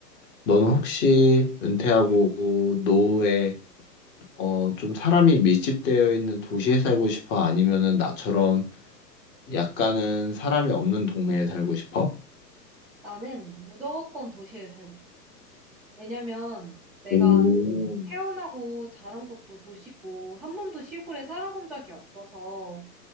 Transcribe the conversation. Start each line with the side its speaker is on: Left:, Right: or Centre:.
Left: 너는 혹시 은퇴하고 노후에 어, 좀 사람이 밀집되어 있는 도시에 살고 싶어? 아니면은 나처럼 약간은 사람이 없는 동네에 살고 싶어?
Centre: 나는 무조건 도시에 살고 싶어. 왜냐면 내가
Left: 오.
Centre: 태어나고 자란 곳도 도시고 한 번도 시골에 살아본 적이 없어서